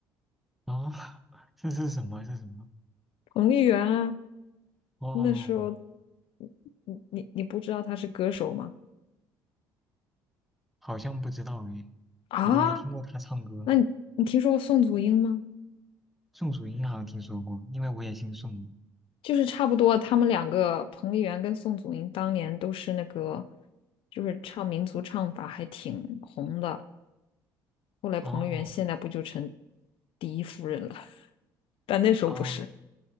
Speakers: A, in the centre; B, on the left.
A: 啊，这是什么？这是什么？
B: 彭丽媛啊，
A: 哦，
B: 那时候你你你不知道她是歌手吗？
A: 好像不知道哎，
B: 啊，
A: 我都没听过他唱歌。
B: 那你你听说过宋祖英吗？
A: 宋祖英好像听说过，因为我也姓宋。
B: 就是差不多，他们两个彭丽媛跟宋祖英当年都是那个，就是唱民族唱法还挺红的。后来彭丽媛现在不就成
A: 哦
B: 第一夫人了？<laughs> 但那时候不是。
A: 哦，